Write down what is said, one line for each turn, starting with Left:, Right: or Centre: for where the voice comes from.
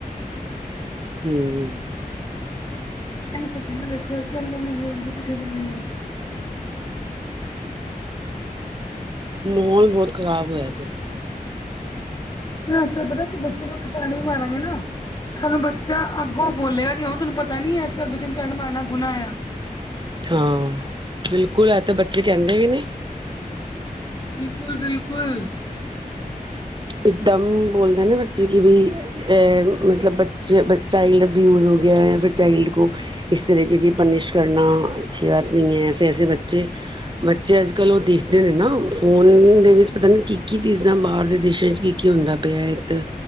Right: ਹਮ
Left: ਇਹਨੂੰ ਸਜ <unintelligible> ਨਾਲ ਦੇਖੋ ਅੱਜ ਕੱਲ ਦਾ ਮਾਹੌਲ ਵੀ ਕੁਛ ਇੱਦਾਂ ਦਾ ਹੀ ਹੈ।
Right: ਮਾਹੌਲ ਬਹੁਤ ਖ਼ਰਾਬ ਹੋਇਆ ਤੇ
Left: ਮੈਂ ਅੱਜਕੱਲ ਪਤਾ ਅਸੀਂ ਬੱਚੇ ਨੂੰ ਇੱਕ ਚੰਡ ਵੀ ਮਾਰਾਂਗੇ ਨਾ। ਸਾਨੂੰ ਬੱਚਾ ਅੱਗੋਂ ਬੋਲੇਗਾ ਕਿ ਹੁਣ ਤੁਹਾਨੂੰ ਪਤਾ ਨੀ ਐ ਅੱਜ ਕੱਲ ਬੱਚੇ ਨੂੰ ਚੰਡ ਮਾਰਨਾ ਗੁਣਾ ਆ।
Right: ਹਾਂ, ਬਿਲਕੁਲ ਇਹ ਤਾਂ ਬੱਚੇ ਕਹਿੰਦੇ ਹੀ ਨੇ।
Left: ਬਿਲਕੁਲ ਬਿਲਕੁਲ।
Right: ਇਕਦਮ ਬੋਲਦੇ ਨੇ ਬੱਚੇ ਕਿ ਬਈ ਅ ਮਤਲਬ ਬੱਚੇ ਬਚ ਚਾਈਲਡ ਐਬਯੂਜ਼ ਹੋ ਗਿਆ ਜਾਂ ਫਿਰ ਚਾਈਲਡ ਗੋ ਇਸ ਤਰੀਕੇ ਕੀ ਪਨੀਿਸ਼ ਕਰਨਾ ਅੱਛੀ ਬਾਤ ਨਹੀਂ ਹੈ ਐਸੇ ਐਸੇ ਬੱਚੇ <unintelligible> ਬੱਚੇ ਅੱਜ ਕੱਲ੍ਹ ਉਹ ਦੇਖਦੇ ਨੇ ਨਾ ਫੋਨ ਦੇ ਵਿੱਚ ਪਤਾ ਨੀ ਕੀ -ਕੀ ਚੀਜ਼ਾਂ ਬਾਹਰ ਦੇ ਦੇਸ਼ਾਂ 'ਚ ਕੀ -ਕੀ ਹੁੰਦਾ ਪਿਆ ਇੱਧਰ